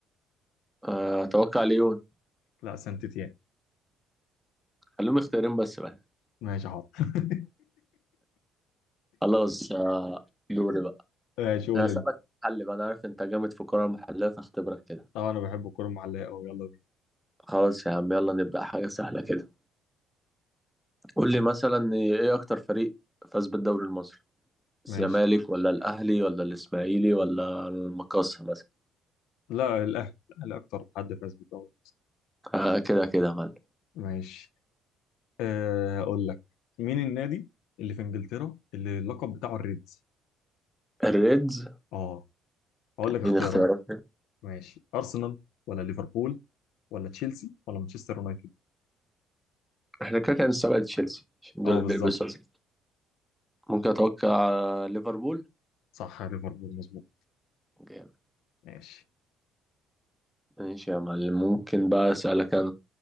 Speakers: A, in the centre; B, on the left.
A: آه، اتوقع ليون
B: لا سانت تيان
A: خليهم اختيارين بس بقى
B: ماشي حاضر <laughs>
A: خلاص آه، دوري بقى
B: ماشي قول
A: انا هسألك
B: انت
A: حل بقى انا عارف انت جامد في الكرة المحلية فاختبرك كده
B: اه انا بحب الكوره المعلقه قوي يلا بينا
A: خلاص يا عم يلا نبدأ حاجة سهلة كده قول لي مثلا ايه اكتر فريق فاز بالدوري المصري الزمالك
B: ماشي
A: ولا الاهلي ولا الاسماعيلي ولا المقاصة مثلا
B: لا الاهلي الاهلي اكتر حد فاز بالدوري
A: آه كده كده يا معلم
B: ماشي أه هقول لك مين النادي اللي في انجلترا اللي اللقب بتاعه الريدز
A: الريدز
B: اه هقول لك اختيارات
A: دي اختيارات
B: ماشي ارسنال ولا ليفربول ولا تشيلسي ولا مانشستر يونايتد
A: احنا كده كده هنستبعد تشيلسي عشان
B: اه
A: دول اللي
B: بالظبط
A: بيلبسوا أزرق. ممكن اتوقع ليفربول
B: صح يا ليفربول مظبوط
A: جامد.
B: ماشي
A: ماشي يا معلم ممكن بقى اسالك انا